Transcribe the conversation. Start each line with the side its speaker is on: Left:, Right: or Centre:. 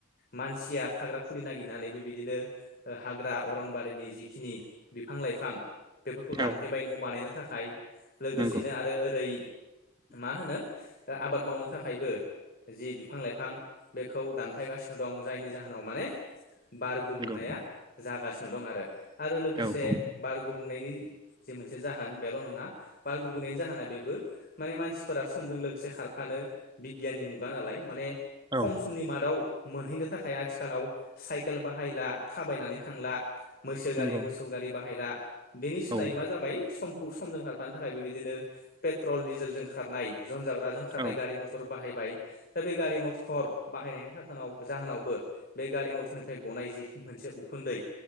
Left: मानसिया थाग्रा खुलि नागिरनानै बेबायदिनो हाग्रा अरनबारि जिखिनि बिफां लाइफां बेफोरखौ दानहैबाय
Right: औ
Left: न' बानायनो थाखाय। लोगोसेनो
Right: नंगौ
Left: आरो ओरै मा होनो आबाद मावनो थाखायबो जि बिफां लाइफां बेखौ दानफायगासिनो दं जायनि जाहोनाव माने बार गुबुंनाया
Right: नंगौ
Left: जागासिनो दं आरो। आरो लोगोसे
Right: औ औ
Left: बार गुबुंनायनि जि मोनसे जाहोन बेल' नङा बार गुबुंनायनि जाहोना बेबो माने मानसिफोरा समजों लोगोसे खारफानो बिगियाननि मुगा नालाय माने
Right: औ
Left: खम समनि मादाव मोनहैनो थाखाय आथिखालाव साइकेल बाहायला थाबायनानै थांला मैसो गारि
Right: नंगौ
Left: मोसौ गारि बाहायला बेनि सोलायै
Right: औ
Left: मा जाबाय सम सम जों खारफानो थाखाय बेबायदिनो पेट्रल डिजेलजों खारनाय जन जाग्रा जों खारनाय
Right: औ
Left: गारि मथर बाहायबाय। दा बे गारि मटर बाहायनायनि थाखाव जाहोनावबो बे गारि मथरनिफ्राय गनाय जि मोनसे उखुन्दै